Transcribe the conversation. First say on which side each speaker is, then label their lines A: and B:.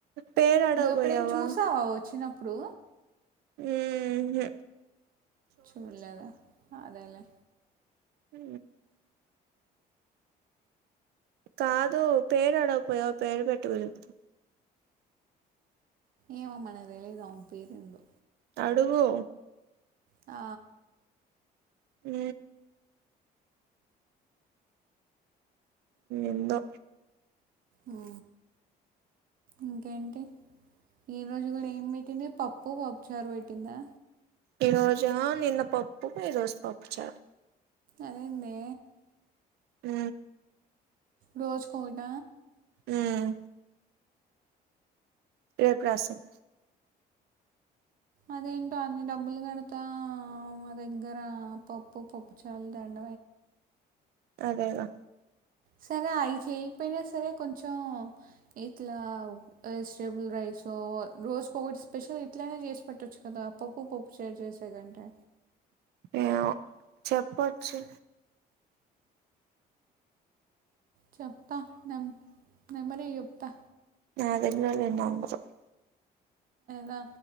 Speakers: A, on the right (about 75°); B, on the right (about 55°).
A: పేరు అడగబోయావా
B: నువ్ ఎప్పుడైన్ చూసావా వచ్చినప్పుడు
A: ఊహు
B: చూడలేదా అదేలే
A: ఉ కాదు పేరు అడగకపోయా పేరు పెట్టుకులేదు
B: ఏమో మనం తెలీదాం పేరుండో
A: అడుగు
B: ఆ
A: ఉ ఎందో
B: ఆ ఇంకేంటి ఈరోజు కూడా ఏం పెట్టింది పప్పు పప్పుచారు పెట్టిందా
A: ఈ రోజు నిన్న పప్పు ఈ రోజు పప్పు చారు
B: అదేన్నే
A: ఊ
B: రోజుకోట
A: మ్మ్ ఏ ప్రసన్
B: అదేంటో అన్ని డబ్బులు కడతా మా దగ్గర పప్పు పప్పు చాలు దండ
A: అదేవా
B: సరే అఐ చేయకపోయినా సరే కొంచం ఇట్లా స్టేబుల్ రైట్ సో రోజుకోకటి స్పెషల్ ఇట్లయినా చేసి పెట్టొచ్చు కదా పప్పు పప్పు షేర్ చేసే కంటే
A: ఏమో చెప్పచ్చు
B: చెప్తా నమ్ నంబరే ఇయ్యు చెప్తా
A: నా దగ్గర లేదు నం చెప్పు
B: దా